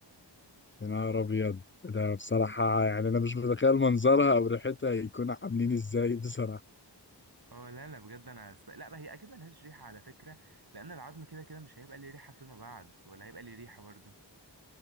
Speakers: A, on the left (about 25°); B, on the right (about 55°).
A: يا نهار ابيض ده بصراحة يعني انا مش متخيل منظرها او ريحتها يكونوا عاملين ازاي بصراحة
B: اه لا لا بجد انا أست... لا ما هي اكيد ملهاش ريحه على فكره لان العظم كده كده مش هيبقى ليه ريحه فيما بعد ولا هيبقى ليه ريحه برضه